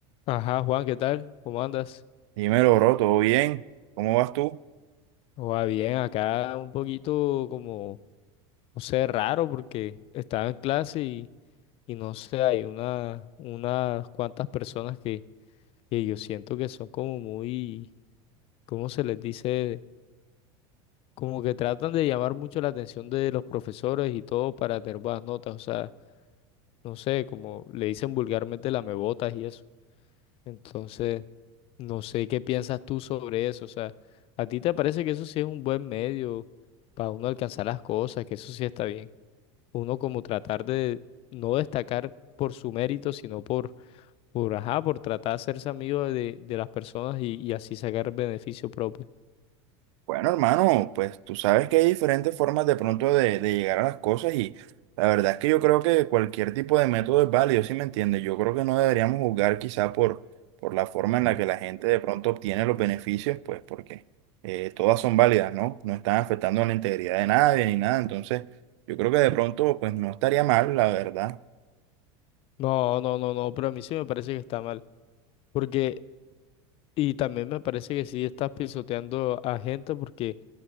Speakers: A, on the left; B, on the right.
A: Ajá, Juan, ¿qué tal? ¿Cómo andas?
B: Dímelo, bro, ¿todo bien? ¿Cómo vas tú?
A: Va bien, acá un poquito como, no sé, raro porque estaba en clase y, y no sé, hay una, unas cuantas personas que, que yo siento que son como muy, ¿cómo se les dice? Como que tratan de llamar mucho la atención de los profesores y todo para tener buenas notas, o sea, no sé, como le dicen vulgarmente lamebotas y eso. Entonces, No sé qué piensas tú sobre eso. O sea, ¿a ti te parece que eso sí es un buen medio para uno alcanzar las cosas, que eso sí está bien? Uno como tratar de no destacar por su mérito, sino por, por, ajá, por tratar de hacerse amigo de, de las personas y, y así sacar beneficio propio.
B: Bueno, hermano, pues tú sabes que hay diferentes formas de pronto de, de llegar a las cosas y la verdad es que yo creo que cualquier tipo de método es válido, si me entiendes? Yo creo que no deberíamos juzgar quizá por, por la forma en la que la gente de pronto obtiene los beneficios, pues porque eh, todas son válidas, ¿no? No están afectando a la integridad de nadie ni nada, entonces yo creo que de pronto pues no estaría mal, la verdad.
A: No, no, no, no, pero a mí sí me parece que está mal. Porque, y también me parece que sí estás pisoteando a gente porque